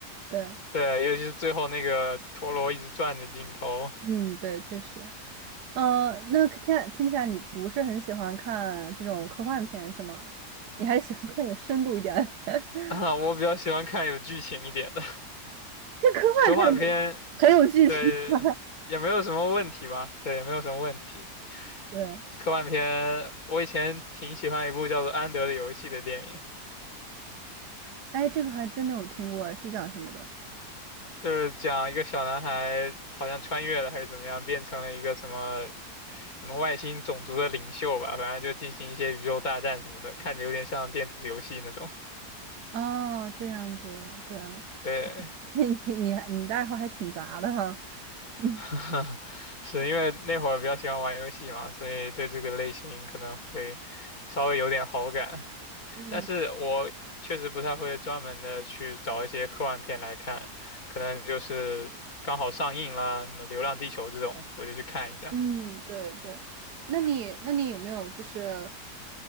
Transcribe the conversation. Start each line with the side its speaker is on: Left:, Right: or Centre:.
Right: 对，
Left: 对，尤其是最后那个陀螺一直转的镜头，
Right: 嗯，对，确实。呃，那听起来听起来你不是很喜欢看这种科幻片是吗？你还是喜欢看有深度一点的。<laughs>
Left: 啊，我比较喜欢看有剧情一点的
Right: 这科幻片
Left: 科幻片，
Right: 很有剧情吗？
Left: 对，也没有什么问题吧，对，也没有什么问题。
Right: <laughs> 对，
Left: 科幻片，我以前挺喜欢一部叫做《安德的游戏》的电影，
Right: 哎，这个还真没有听过，是讲什么的？
Left: 就是讲一个小男孩好像穿越了还是怎么样，变成了一个什么什么外星种族的领袖吧，反正就进行一些宇宙大战什么的，看着有点像电子游戏那种。
Right: 哦，这样子，对，
Left: 对，
Right: <laughs> 所以你你你的爱好还挺杂的哈，<laughs> 嗯
Left: <laughs> 是因为那会儿比较喜欢玩游戏嘛，所以对这个类型可能会稍微有点好感。
Right: 嗯
Left: 但是我确实不太会专门的去找一些科幻片来看，可能就是刚好上映啦，什么《流浪地球》这种，我就去看一下。
Right: 嗯，对对，那你那你有没有就是